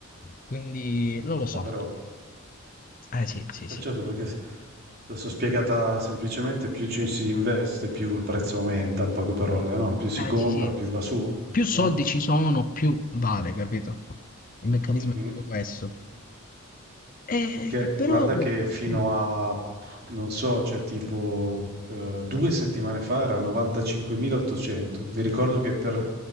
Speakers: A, on the left (about 40°); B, on the right (about 45°).
A: Quindi non lo so.
B: Ah, però.
A: Eh sì, sì,
B: Eh
A: sì.
B: certo, perché s- adesso spiegata semplicemente, più ci si investe, più il prezzo aumenta, in poche parole, no? Più si
A: Eh
B: compra,
A: sì, sì.
B: più va su,
A: Più soldi
B: no?
A: ci sono, più vale, capito? Il meccanismo
B: Mhm.
A: è più questo. Eh,
B: Perché
A: però
B: guarda
A: mm,
B: che fino a, non so, cioè tipo eh, due settimane fa era 95.800. Mi ricordo che per,